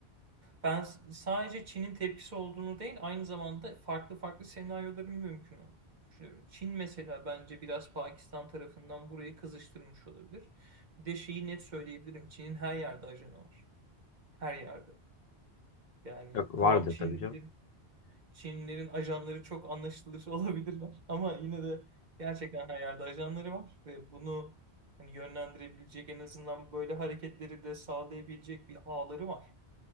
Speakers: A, on the right; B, on the left.
A: Ben s- sadece Çin'in tepkisi olduğunu değil, aynı zamanda farklı farklı senaryoların mümkün olduğunu düşünüyorum. Çin mesela bence biraz Pakistan tarafından burayı kızıştırmış olabilir. Bir de şeyi net söyleyebilirim. Çin'in her yerde ajanı var. Her yerde. Yani
B: E, Vardır
A: tamam Çinlidir,
B: tabii canım.
A: Çinlilerin ajanları çok anlaşılır <laughs> olabilirler. Ama yine de gerçekten her yerde ajanları var ve bunu hani yönlendirebilecek en azından böyle hareketleri de sağlayabilecek bir ağları var.